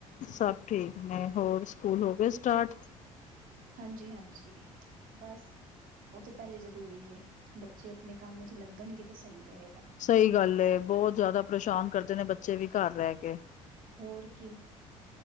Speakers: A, on the left; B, on the right.
A: ਸਭ ਠੀਕ ਨੇ ਹੋਰ ਸਕੂਲ ਹੋ ਗਏ ਸਟਾਰਟ?
B: ਹਾਂਜੀ-ਹਾਂਜੀ, ਬਸ ਓ ਤੇ ਪੈਲੇ ਜ਼ਰੂਰੀ ਏ। ਬੱਚੇ ਅਪਣੇ ਕੰਮ ਵਿੱਚ ਲੱਗਣਗੇ ਤੇ ਸਈ ਰਏਗਾ।
A: ਸਈ ਗੱਲ ਏ ਬੋਤ ਜਾਦਾ ਪ੍ਰੇਸ਼ਾਨ ਕਰਦੇ ਨੇ ਬੱਚੇ ਵੀ ਕਾੱਰ ਰੈ ਕੇ।
B: ਹੋਰ ਕੀ।